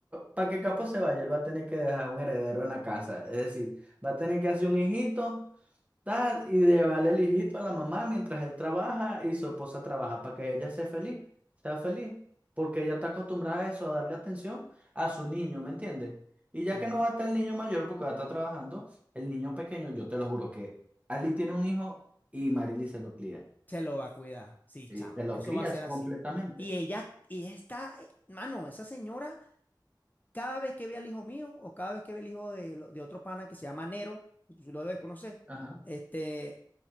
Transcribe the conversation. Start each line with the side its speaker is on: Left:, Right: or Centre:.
Right: para que Capo se vaya, él va a tener que dejar un heredero en la casa. Es decir, va a tener que hacer un hijito, tal, y llevarle el hijito a la mamá mientras él trabaja y su esposa trabaja, para que ella sea feliz, sea feliz, porque ella está acostumbrada a eso, a darle atención a su niño, ¿me entiendes? Y ya
Left: Ujú.
Right: que no va a estar el niño mayor porque va a estar trabajando, el niño pequeño, yo te lo juro que Ali tiene un hijo y Marily se lo cría.
Left: Se lo va a cuidar. Sí,
Right: Sí,
Left: chamo.
Right: Se lo
Left: Eso
Right: crías
Left: va a ser
Right: completamente.
Left: así. Y ella, y está, eh, mano, esa señora, cada vez que ve al hijo mío o cada vez que ve al hijo de, lo- de otro pana que se llama Nero, tú lo debes conocer,
Right: ajá
Left: este,